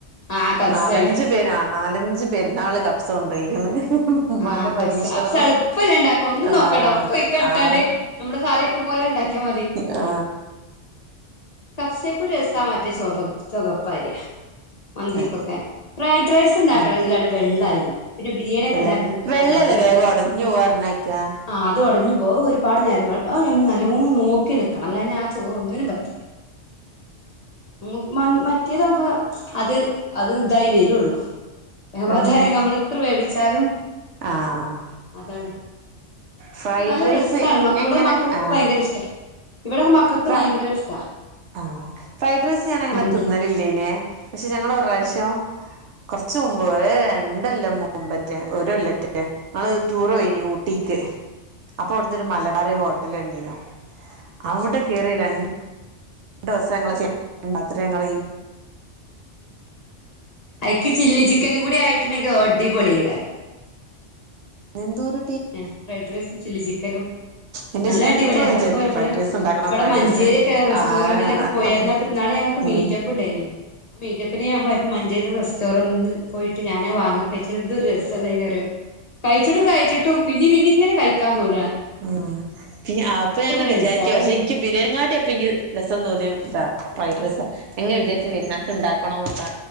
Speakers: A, on the left (about 40°); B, on the right (about 75°).
A: ആഹ് കബ്സേണ്
B: നാലഞ്ചു പേര് ആ നാലഞ്ചു പേരുന്ന ആള് കപ്സ കൊണ്ടിരിക്കുന്നു. ഉമ്മാന്റെ
A: ആഹ്
B: പരീക്ഷണം
A: കബ്സ കബ്സ എളുപ്പല്ലേ ഇണ്ടാക്കാൻ ഒന്നും
B: ആ
A: നോക്കണ്ട ഒക്കെ അയ്ക്കട്ടാണ്ട്
B: ആ-
A: നമ്മള് കറിവെക്കും പോലെ ഇണ്ടാക്കിയാ
B: ആ
A: കബ്സക്കു രസാ മറ്റേ ച ചുകപ്പാരിയ- മന്തിക്കൊക്കെ
B: ഏഹ്
A: ഫ്രൈഡ് റൈസ് ണ്ടാക്കണെങ്കിൽ
B: ആഹ്
A: അ വെള്ളരി. പിന്നെ ബിരിയാണി ഒക്കെ
B: വെള്ളരി
A: ഉണ്ടാക്കുന്നണ
B: വെള്ളല്ലേ
A: വെള്ളരി
B: വേഗം ഒടഞ്ഞു പോവാ പറഞ്ഞേക്കാ
A: ആ അത് ഉടഞ്ഞു. അപ്പ ഒരുപാട് നേരം അ ഞമ്മൾ നല്ലോ നോക്കി നിക്കണം അന്നെ ആ ചോറ് ഒന്നിനും പറ്റൂല്ല. ഇങ്ങക്ക് മൻ മറ്റേതാവുമ്പോ അത് അത് ഇതായി വരുള്ളു അതായ
B: ആഹ്
A: നമ്മള എത്ര വേവിച്ചാലും
B: ആഹ്
A: അതാണ്.
B: ഫ്രൈഡ്
A: ക്ഷെ നല്ല
B: റൈസ്
A: രസണ്
B: ഞാൻ
A: ഇവിടെ
B: ഇങ്ങനെ
A: മക്കക്കൊക്കെ
B: ആ
A: ഭയങ്കര ഇഷ്ടാ ഇവിടെ മക്കക്ക്
B: ഫ്ര
A: ഭയങ്കര ഇഷ്ട.
B: ആ ഫ്രൈഡ് റൈസ് ഞാൻ അങ്ങനെ
A: മന്തി
B: തിന്നലില്ലേനെ പക്ഷെ ഞങ്ങള് ഒരു പ്രാവശ്യോ- കൊർച്ച് മുമ്പ് ഒര് രണ്ടെല്ലാം മുമ്പറ്റാ ഒരല്ലറ്റോ ഞങ്ങള് ടൂർ പോയിനി ഊട്ടീക്ക്- അപ്പൊ അവിടുന്ന് ഒരു മലബാറെ ഹോട്ടല് കണ്ടീനു അവിടെ കേറി രണ്ട്- ണ്ടേസ ഞങ്ങള് <unintelligible> അത്രങ്ങള്
A: ഐക്ക് ചില്ലി ചിക്കനും കൂടി ആയിട്ടുണ്ടെങ്കി അടിപൊളീകാരം.
B: എന്തൊരു
A: അ ഫൈഡ്രൈസുംചില്ലി ചിക്കനും-
B: എന്റെ
A: നല്ല
B: അച്ഛൻ
A: അടിപൊളിയാ
B: എപ്പഴും വിചാരിക്കും
A: അതിപ്പൊ നമ്മള്
B: ഫ്രൈഡ് റൈസ് ഉണ്ടാക്കണം
A: ഇവിടെ
B: ഫ്രൈഡ്
A: മഞ്ചേരിയൊക്കെ
B: റൈസ്
A: റെസ്റ്റോറന്റിലൊക്കെ
B: ആ നല്ലൊന്ന്
A: പോയര്ന്നാ പിന്നെ ഇന്നാള് ഞമ്മക്ക് മീറ്റപ്പ്ണ്ടായിനി.
B: ഉം
A: ആ മീറ്റപ്പിന് ഞാൻ പോയപ്പോ മഞ്ചേരി റെസ്റ്റോറന്റി പോയിട്ട് ഞാനത് വാങ്ങി കഴിച്ചിട്ട് എന്തരു രസണ്ടായിന് അറിയോ. കഴിച്ചിട്ടും കഴിച്ചിട്ടും പിന്നിം പിന്നിം ഇങ്ങനെ കഴിക്കാൻ തോണ്അ.
B: ആ പി അപ്പൊ ഞാൻ അങ്ങനെ
A: ടേസ്റ്റാ
B: വിചാരിക്കുവ
A: അവിടെ
B: പക്ഷെ
A: മീറ്റപ്പ്
B: എനിക്ക് ബിരിയാനിങ്ങാട്ടി എപ്പ എനിക്ക് രസം തോന്നിയ- ഇതാ ഫ്രൈഡ്രൈസാ ങ്ങനെ വിചാര്ച്ച് പരുന്നാക്ക് ഇണ്ടാക്കണോ ഇണ്ടാ